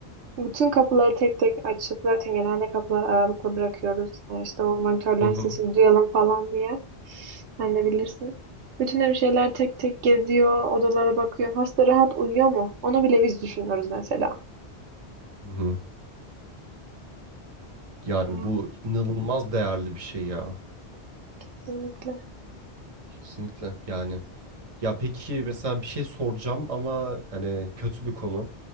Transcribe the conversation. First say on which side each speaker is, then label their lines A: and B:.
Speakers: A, on the right; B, on the right.
A: Bütün kapıları tek tek açıp zaten genelde kapıları aralıklı bırakıyoruz. Ee, İşte o monitörlerin
B: hı hı
A: sesini duyalım falan diye. Sen de bilirsin. Bütün hemşireler tek tek geziyor, odalara bakıyor. Hasta rahat uyuyor mu? Onu bile biz düşünüyoruz mesela.
B: hı hı. Yani
A: Yani
B: bu inanılmaz değerli bir şey ya.
A: kesinlikle.
B: Kesinlikle yani. Ya peki mesela bir şey soracağım ama yani kötü bir konu.